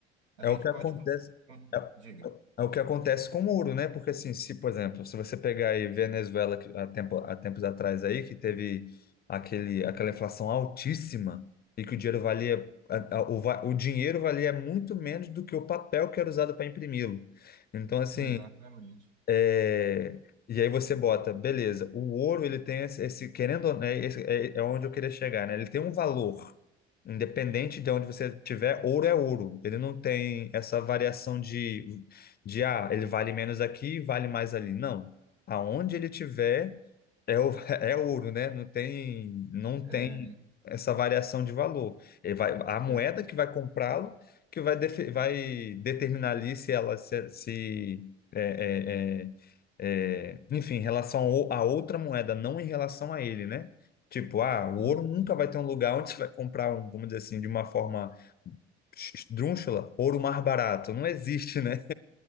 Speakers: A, on the right; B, on the left.
A: A
B: É
A: gente
B: o que
A: pode...
B: acontece.
A: com- com-
B: é
A: Diga.
B: É o que acontece com o muro, né? Porque assim, se, por exemplo, se você pegar aí Venezuela que há tempo, há tempos atrás aí, que teve aquele, aquela inflação altíssima e que o dinheiro valia, a- a- o, va- o dinheiro valia muito menos do que o papel que era usado para imprimi-lo. Então, assim,
A: Exatamente.
B: é, e aí você bota, beleza, o ouro ele tem esse, esse- querendo ou não, é, esse- é- é onde eu queria chegar, né? Ele tem um valor, independente de onde você tiver, ouro é ouro. Ele não tem essa variação de, de ah, ele vale menos aqui, vale mais ali. Não. Aonde ele tiver, é, o- <laughs> é ouro, né? Não tem, não
A: É,
B: tem essa variação de valor. Ele vai, a moeda
A: é,
B: que vai comprá-lo, que vai, defi- vai determinar ali se ela se, é, é, é, é, enfim, em relação ao- a outra moeda, não em relação a ele, né? Tipo, ah, o
A: uhum.
B: ouro nunca vai ter um lugar onde você vai comprar, um, vamos dizer assim, de uma forma esdrúxula, ouro mais barato. Não existe, né?